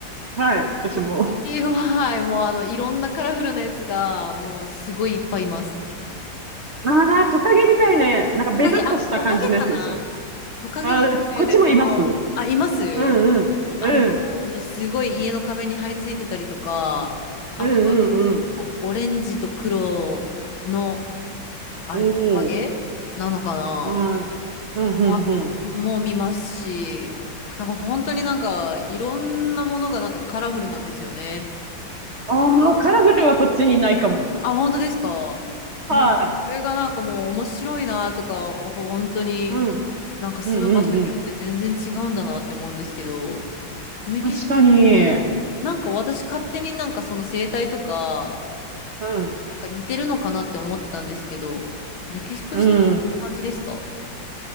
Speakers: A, on the right; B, on the left.
A: はい。私も。
B: そっち系は、はい、もうあの、いろんなカラフルなやつが、もうすごいいっぱいいます。
A: ああ、トカゲみたいな、なんかベタっとした感じのやつでしょ。
B: トカゲ、あ、トカゲかなトカゲかもしれないです。
A: ああ、こっちもいます。
B: もう、
A: う
B: あ、います
A: んうん。うん。
B: あの、すごい家の壁に張り付いてたりとか、あと
A: うんうんうん。
B: おオレンジと黒の、あれ、
A: おお。
B: トカゲなのかな
A: うん。うんうんうん。
B: はもう見ますし、なんか本当になんかいろんなものがなんかカラフルなんですよね。
A: ああ、カラフルはこっちにいないかも。
B: あ、本当ですかえなんかそれがなんかもう面白いなとか、
A: はい。
B: 本当に
A: うん。
B: なんか住む場所によって全然違うんだなって思うんですけど、
A: うんうん
B: メキシコ、
A: うん。確かに。
B: なんか私勝手になんかその生態とか、
A: うん。
B: なんか似てるのかなって思ってたんですけど、メキシコシティって感じですか
A: うん。